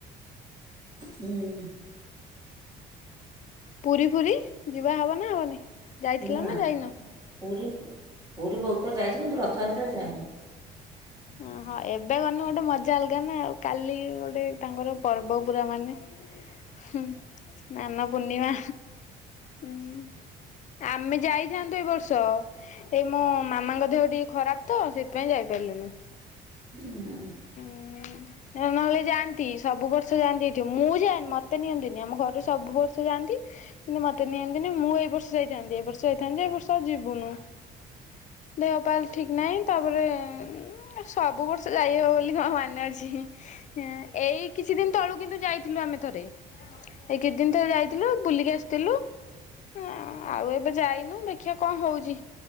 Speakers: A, on the right; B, on the left.
A: ହୁଁ।
B: ପୁରୀ ଫୁରି ଯିବା ହବ ନାଁ ହବନେଇ? ଯାଇଥିଲ
A: ନା
B: ନାଁ ଯାଇନ?
A: ପୁରୀ ପୁରୀ ବୋହୁତ୍ ଥର ଯାଇଚି କିନ୍ତୁ ରଥଯାତ୍ରାରେ ଯାଇନେଇ।
B: ଅ ହଁ ଏବେ ଗନେ ଗୋଟେ ମଜା ଅଲଗା ନାଁ ଆଉ କାଲି ଗୋଟେ ତାଙ୍କର ପର୍ବ ପୁରା ମାନେ ହୁଁ ସ୍ନାନ ପୂର୍ଣ୍ଣିମା ଉଁ ଆମେ ଯାଇଥାନ୍ତୁ ଏଇ ବର୍ ଷ ଏଇ ମୋ ମାମାଙ୍କ ଦେହ ଟିକେ ଖରାପ ତ ସେଇଥିପାଇଁ ଯାଇପାଇଲୁନୁ।
A: ଉଁ ହୁଁ।
B: ହୁଁ। ଏଉ ନହେଲେ ଯାଆନ୍ତି ସବୁ ବର୍ଷ ଯାଆନ୍ତି ଏଇଠି ମୁଁ ଯାଏନି ମତେ ନିଅନ୍ତିନି ଆମ ଘରେ ସବୁ ବର୍ଷ ଯାଆନ୍ତି। କିନ୍ତୁ ମତେ ନିଅନ୍ତିନି ମୁଁ ଏଇ ବର୍ଷ ଯାଇଥାନ୍ତି ଏ ବର୍ଷ ଯାଇଥାନ୍ତି ଏ ବର୍ଷ ଆଉ ଯିବୁନୁ। ଦେହପା ଠିକ୍ ନାହିଁ ତାପରେ ଉଁ ସବୁ ବର୍ଷ ତ ଯାଇହବ ବୋଲି କଁ ମାନେ ଅଛି ହଁ ଏଇ କିଛି ଦିନ ତଳୁ କିନ୍ତୁ ଯାଇଥିଲୁ ଆମେ ଥରେ। ଏଇ କିଛି ଦିନ ଥରେ ଯାଇଥିଲୁ ବୁଲିକି ଆସିଥିଲୁ। ଆ ଆଉ ଏବେ ଯାଇନୁ ଦେଖିଆ କଁ ହଉଚି?